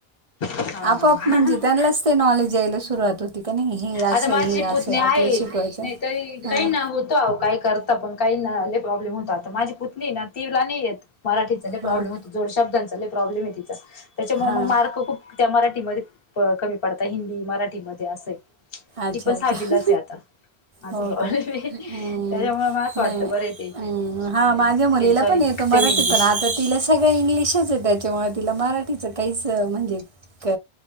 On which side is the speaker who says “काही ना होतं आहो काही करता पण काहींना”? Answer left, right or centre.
Left